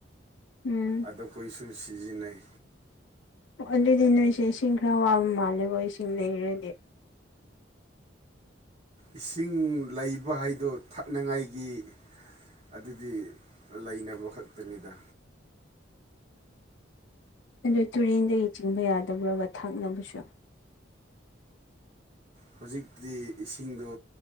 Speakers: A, on the left; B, on the right.
A: ꯎꯝ
B: ꯑꯗꯨꯈꯣꯏꯁꯨ ꯁꯤꯖꯤꯟꯅꯩ
A: ꯑꯗꯨꯗꯤ ꯅꯣꯏꯁꯦ ꯏꯁꯤꯡ ꯈꯔ ꯋꯥꯕ ꯃꯥꯜꯂꯦꯀꯣ ꯏꯁꯤꯡ ꯂꯩꯔꯗꯤ
B: ꯏꯁꯤꯡ ꯂꯩꯕ ꯍꯥꯏꯗꯣ ꯊꯛꯅꯉꯥꯏꯒꯤ ꯑꯗꯨꯗꯤ ꯂꯩꯅꯕ ꯈꯛꯇꯅꯤꯗ
A: ꯑꯗꯨ ꯇꯨꯔꯦꯟꯗꯒꯤ ꯆꯤꯡꯕ ꯌꯥꯗꯕ꯭ꯔꯒ ꯊꯛꯅꯕꯁꯨ
B: ꯍꯧꯖꯤꯛꯇꯤ ꯏꯁꯤꯡꯗꯣ